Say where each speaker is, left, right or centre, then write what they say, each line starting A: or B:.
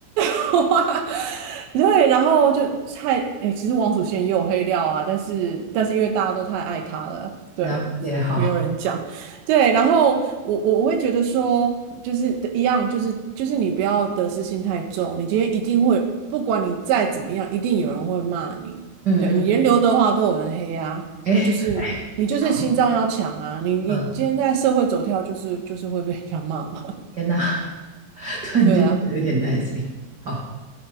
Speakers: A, on the right; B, on the right.
A: <laughs> 对，然后就太，诶，其实王祖贤也有黑料啊，但是但是因为大家都太爱他了，对，
B: 了解，
A: <laughs>
B: 好，
A: 没有人讲，对，然后我我我会觉得说，就是一样，就是就是你不要得失心太重，你今天一定会，不管你再怎么样，一定有人会骂你，
B: 嗯嗯，
A: 对你连刘德华都有人黑啊，
B: 哎，
A: 那就是你就是心脏要强啊，
B: 哎，好，
A: 你你今天在社会走跳，
B: 嗯，
A: 就是就是会被人家骂嘛，
B: 天呐，<laughs> 突然间觉得有点担心，
A: 对啊，
B: 好，